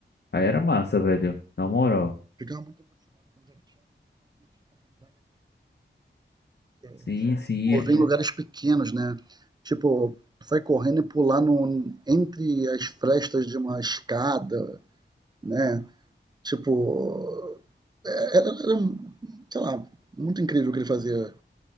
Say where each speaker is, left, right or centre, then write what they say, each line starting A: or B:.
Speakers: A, on the left; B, on the right.
A: Aí era massa, velho. Na moral.
B: ficava muito impressionado com o Jack Chan, como ele tinha facilidade de se
A: Sim, sim.
B: mover
A: é-
B: em lugares pequenos, né? Tipo, sai correndo e pular no, entre as frestas de uma escada, né? Tipo, é, era, era, sei lá, muito incrível o que ele fazia.